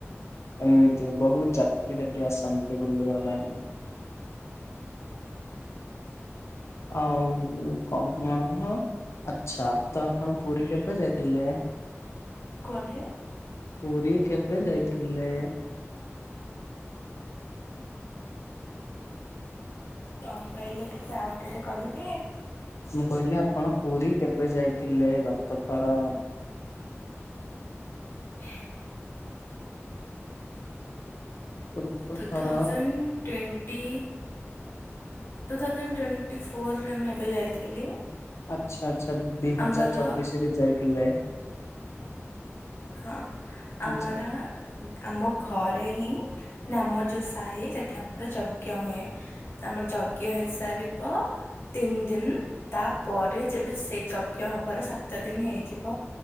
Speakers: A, on the left; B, on the left.
A: ଏମିତି ବହୁତ ଯାତ୍ରୀ ସେଠି ଆସନ୍ତି ବୁଲିବା ପାଇଁ। ଆଉ କଣ <unintelligible> ଆଛା, ତ ଆପଣ ପୁରୀ କେବେ ଯାଇଥିଲେ?
B: କୁଆଡ଼େ?
A: ପୁରୀ କେବେ ଯାଇଥିଲେ?
B: କଣ କହିଲେ ଟିକେ ଆଉ ଥରେ କହିବେ?
A: ମୁଁ କହିଲି ଆପଣ ପୁରୀ କେବେ ଯାଇଥିଲେ ଗତ ଥର?
B: ହ
A: ପୂର୍ବ
B: ଟୁ
A: ଥର
B: ଥାଉ ଜେଣ୍ଡ ଟେନ। ଟି ଟୁ ଥାଉଜଣ୍ଡ ଟ୍ୱେଣ୍ଟି ଫୋରରେ ମୁଁ ଏବେ ଯାଇଥିଲି।
A: ଆଚ୍ଛା ଆଚ୍ଛା। ଦି ହଜାର
B: ଆମର
A: ଚବିଶ ରେ ଯାଇଥିଲେ।
B: ହଁ, ଆମର
A: ଆଚ୍ଛା
B: ଆମ ଘରେ ହିଁ, ନା ଆମ ଯୋଉ ସାହି ସେଠି ଆମର ଯଜ୍ଞ ହୁଏ। ଆମର ଯଜ୍ଞ ହେଇସାରିବ। ତିନି ଦିନ। ତାପରେ ଯେବେ ସେଇ ଯଜ୍ଞ ହବାର ସାତ ଦିନ ହେଇଯିବ।